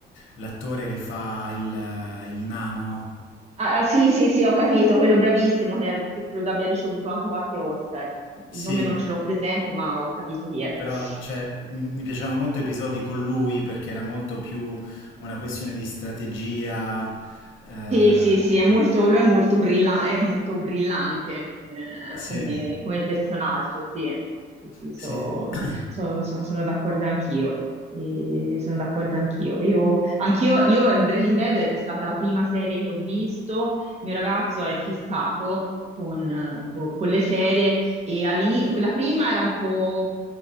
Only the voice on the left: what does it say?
l'attore che fa il, eh, il nano.
Sì,
però
cioè, mi, mi piacevano molto episodi con lui perché era molto più una questione di strategia. eh,
sì,
sì. <clears throat>